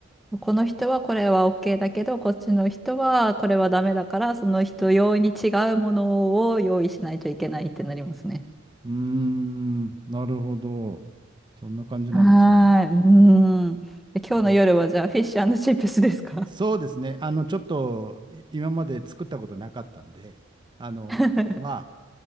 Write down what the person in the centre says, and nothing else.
この人はこれは OK だけど、こっちの人はこれはダメだから、その人用に違うものを用意しないといけないってなりますね。
はーい。うーん。で今日の夜はじゃあフィッシュチップスですか
<laughs>